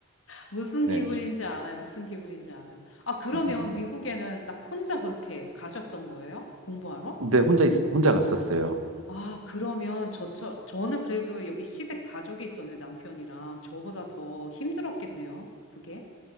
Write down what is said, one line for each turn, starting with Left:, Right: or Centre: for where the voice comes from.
Left: 무슨
Right: 네.
Left: 기분인지 알아요. 무슨 기분인지 알아요. 아, 그러면
Right: 네.
Left: 미국에는 딱 혼자 그렇게 가셨던 거예요? 공부하러?
Right: 근데 혼자, 있, 혼자 갔었어요.
Left: 아, 그러면 저처럼, 저는 그래도 여기 시댁 가족이 있었는데 남편이랑 저보다 더 힘들었겠네요. 그게?